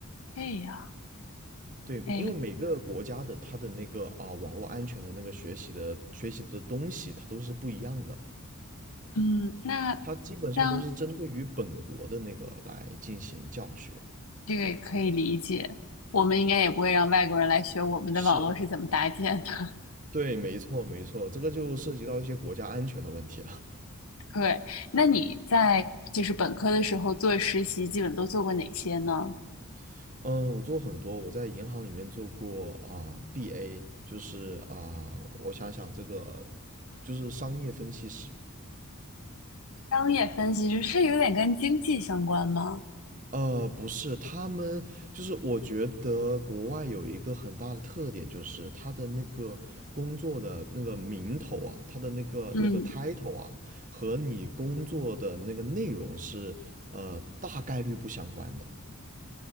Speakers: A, on the left; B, on the right.
A: 这样。
B: 对，
A: 哎，
B: 因为每个国家的它的那个啊、网络安全的那个学习的学习的东西，它都是不一样的，
A: 嗯，那像
B: 它基本上都是针对于本国的那个来进行教学。
A: 这个也可以理解，我们应该也不会让外国人来学我们的网络是怎么搭建的。
B: 是，对，没错，没错，这个就涉及到一些国家安全的问题了。
A: <laughs> 对，那你在就是本科的时候做实习，基本都做过哪些呢？
B: <laughs> 嗯，我做很多，我在银行里面做过啊、BA，就是啊、我想想这个就是商业分析师。
A: 商业分析师是有点跟经济相关吗？
B: 呃，不是，他们就是我觉得国外有一个很大的特点，就是他的那个工作的那个名头啊，他的那个那个
A: 嗯，
B: title 啊，和你工作的那个内容是呃大概率不相关的。